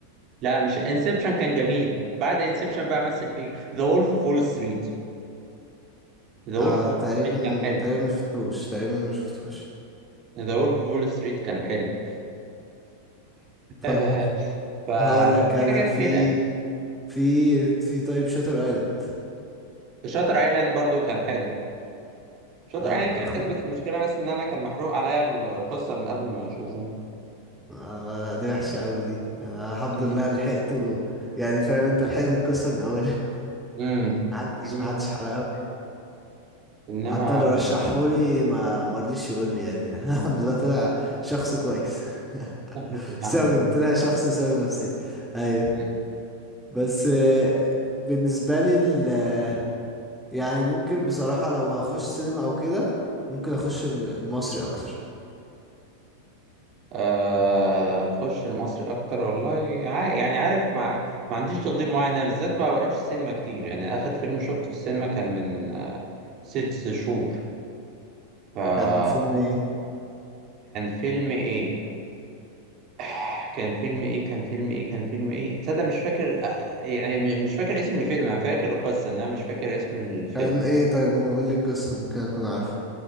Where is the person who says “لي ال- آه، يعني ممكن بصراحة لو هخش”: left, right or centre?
Centre